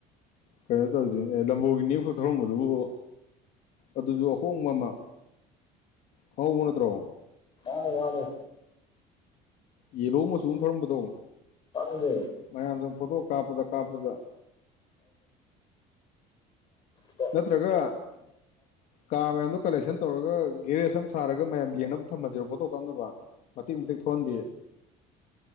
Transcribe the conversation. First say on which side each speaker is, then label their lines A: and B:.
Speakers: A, on the left; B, on the left.
A: ꯀꯩꯅꯣ ꯇꯧꯔꯤꯗꯨꯅꯤ ꯑꯦ ꯂꯝꯐꯣꯒꯤꯅꯤ ꯈꯠ ꯊꯧꯔꯝꯕꯗꯨꯕꯨ ꯑꯗꯨꯁꯨ ꯑꯍꯣꯡꯕ ꯑꯃ ꯈꯪꯍꯧꯕ ꯅꯠꯇ꯭ꯔꯣ
B: ꯃꯥꯅꯤ ꯃꯥꯅꯤ
A: ꯌꯦꯂꯣ ꯃꯆꯨ ꯑꯃ ꯊꯧꯔꯝꯕꯗꯣ
B: ꯈꯪꯉꯤꯅꯦ
A: ꯃꯌꯥꯝꯁꯪ ꯐꯣꯇꯣ ꯀꯥꯞꯄꯗ ꯀꯥꯞꯄꯗ
B: ꯌꯥ <unintelligible>
A: ꯅꯠꯇ꯭ꯔꯒꯥ ꯀꯥꯔ ꯃꯌꯥꯝꯗꯣ ꯀꯂꯦꯛꯁꯟ ꯇꯧꯔꯒ ꯒꯦꯔꯦꯖ ꯑꯃ ꯁꯥꯔꯒ ꯃꯌꯥꯝ ꯌꯦꯡꯅꯕ ꯊꯝꯃꯁꯤꯔꯣ ꯐꯣꯇꯣ ꯀꯥꯞꯅꯕ ꯃꯇ‌ꯦꯛ ꯃꯇ‌ꯦꯛ ꯊꫭꯍꯟꯕꯤ